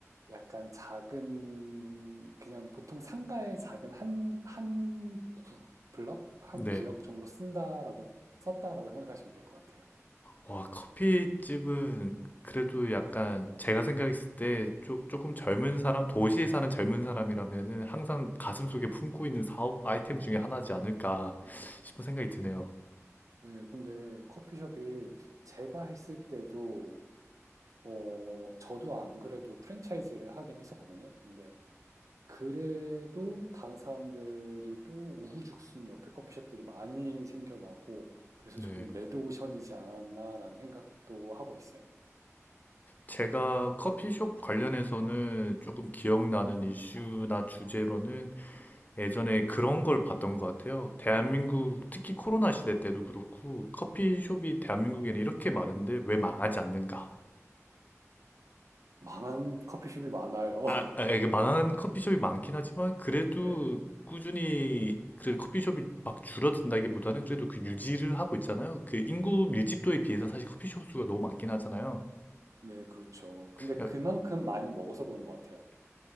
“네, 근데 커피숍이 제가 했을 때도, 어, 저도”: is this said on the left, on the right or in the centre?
Right